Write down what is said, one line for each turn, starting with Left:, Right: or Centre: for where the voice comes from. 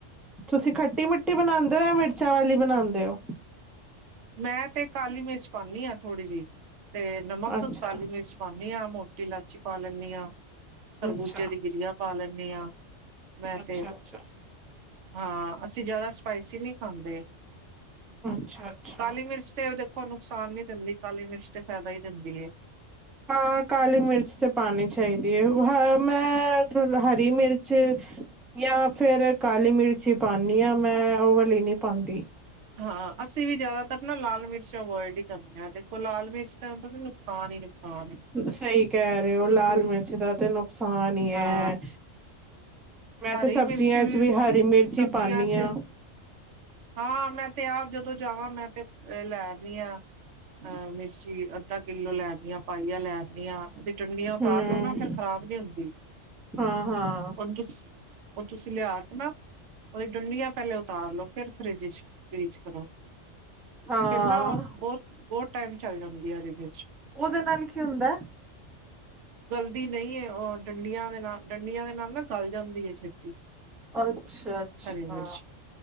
Centre: ਤੁਸੀਂ ਖੱਟੀ-ਮਿੱਟੀ ਬਣਾਦੇ ਓ ਜਾਂ ਮਿਰਚਾਂ ਵਾਲੀ ਬਣਾਦੇ ਓ?
Right: ਮੈਂ ਤੇ ਕਾਲੀ ਮਿਰਚ ਪਾਨੀਆ ਥੋੜੀ ਜੀ 'ਤੇ ਨਮਕ,
Centre: ਅੱਛਾ,
Right: ਕਾਲੀ ਮਿਰਚ ਪਾਨੀਆਂ ਮੋਟੀ ਲੈਚੀ ਪਾ ਲੈਂਨੀ ਆ। ਖਰਬੂਜੇ
Centre: ਅੱਛਾ,
Right: ਦੀ ਗਿਰੀਆ ਪਾ ਲੈਂਨੀ ਆ ਮੈਂ
Centre: ਅੱਛਾ,
Right: ਤੇ।
Centre: ਅੱਛਾ,
Right: ਹਾਂ ਅਸੀਂ ਜਿਆਦਾ ਸਪਾਈਸੀ ਨੀ ਖਾਂਦੇ,
Centre: ਅੱਛਾ, ਅੱਛਾ।
Right: ਕਾਲੀ ਮਿਰਚ 'ਤੇ ਉਦੇ ਹੋਰ ਨੁਕਸਾਨ ਨੀ ਦਿੰਦੀ‌ ਕਾਲੀ ਮਿਰਚ 'ਤੇ ਫਾਇਦਾ ਈ ਦਿੰਦੀ ਏ।
Centre: ਹਾਂ, ਕਾਲੀ ਮਿਰਚ ਤੇ ਪਾਨੀ 'ਚ ਚਾਹੀਦੀ ਏ, ਮੈਂ ਹਰੀ ਮਿਰਚ ਯਾ ਫੇਰ ਕਾਲੀ ਮਿਰਚੀ ਹੀ ਪਾਨੀ ਆ। ਮੈਂ ਓ ਵਾਲੀ ਨਹੀਂ ਪਾਂਦੀ।
Right: ਹਾਂ, ਅਸੀਂ ਵੀ ਜ਼ਿਆਦਾਤਰ ਨਾ ਲਾਲ ਮਿਰਚਾਂ ਅਵੋਇਡ ਹੀ ਕਰਦੇ ਆ 'ਦੇਖੋ ਲਾਲ ਮਿਰਚ ਤਾਂ ਉਹਦਾ ਨੁਕਸਾਨ ਹੀ, ਨੁਕਸਾਨ ਏ।
Centre: ਸਹੀ ਕਹਿ ਰਹੇ ਓ,
Right: ਤੁਸੀਂ
Centre: ਲਾਲ ਮਿਰਚ ਦਾ ਤੇ ਨੁਕਸਾਨ ਹੀ
Right: ਹਾਂ
Centre: ਐ। ਮੈਂ
Right: ਹਰੀ
Centre: ਤੇ ਸਬਜ਼ੀਆਂ
Right: ਮਿਰਚ ਵੀ
Centre: ਚ ਹਰੀ ਮਿਰਚ
Right: ਸਬਜ਼ੀਆਂ
Centre: ਹੀ ਪਾਨੀ
Right: 'ਚ
Centre: ਆ,
Right: ਹਾਂ, ਮੈਂ ਤੇ ਆਪ ਜਦੋਂ ਜਾਵਾਂ ਮੈਂ ਤੇ ਲੈ ਆਉਣੀ ਆ ਮਿਰ ਚੀ ਅ ਅੱਧਾ ਕਿੱਲੋ ਲੈਣੀ ਆ, ਪਾਈਆ ਲੈ ਆਨੀ ਆ। ਉਹਦੀ ਡੰਡੀਆਂ ਉਤਾਰ
Centre: ਹੂੰ,
Right: ਲੋੋ ਨਾ, ਫ਼ਿਰ ਖਰਾਬ ਨੀ ਹੁੰਦੀ।
Centre: ਹਾਂ, ਹਾਂ।
Right: ਹੁਣ ਤੁਸ, ਉਹ ਤੁਸੀਂ ਲਿਆ ਕੇ ਨਾ, ਓਹਦੀਆਂ ਡੰਡੀਆਂ ਪਹਿਲੇ ਉਤਾਰ ਲੋ, ਫਿਰ ਫਰਿੱਜ ਚ ਫਰੀਜ਼ ਕਰੋ,
Centre: ਹਾਂ,
Right: ਫਿਰ ਨਾ ਉਹ ਬਹੁਤ ਬਹੁਤ ਟਾਈਮ ਚੱਲ ਜਾਂਦੀਆਂ ਹਰੀ ਮਿਰਚ।
Centre: ਉਹਦੇ ਨਾਲ ਕੀ ਹੁੰਦਾ?
Right: ਗਲਦੀ ਨਹੀਂ ਏ, ਉਹ ਡੰਡੀਆਂ ਦੇ ਨਾਲ, ਡੰਡੀਆਂ ਨਾਲ ਨਾ ਗੱਲ ਜਾਂਦੀ ਹੈ ਛੇਤੀ,
Centre: ਅੱਛਾ, ਅੱਛਾ।
Right: ਹਰੀ ਮਿਰਚ।